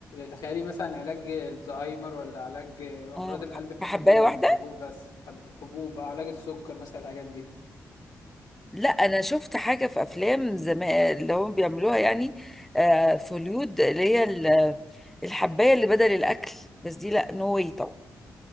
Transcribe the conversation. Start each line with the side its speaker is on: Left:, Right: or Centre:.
Left: تخيلي مثلا علاج الزهايمر ولا علاج أمراض
Centre: اه
Left: القلب بحبوب
Centre: بحباية واحدة
Left: حبوب بس حب حبوب أو علاج السكر مثلا الحاجات دي
Centre: لا انا شفت حاجة في افلام زمان اللي هم بيعملوها يعني آه، في هوليود اللي هي ال- الحباية اللي بدل الاكل بس دي لا نو واي طبعا